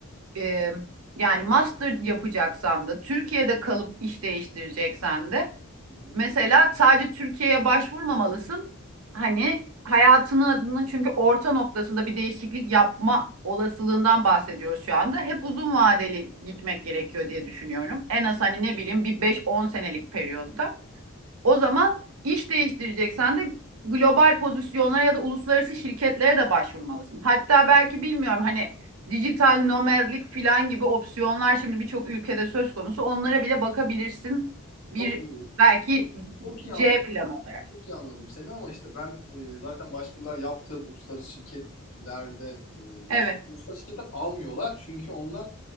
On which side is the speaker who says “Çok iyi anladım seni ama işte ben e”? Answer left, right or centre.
Left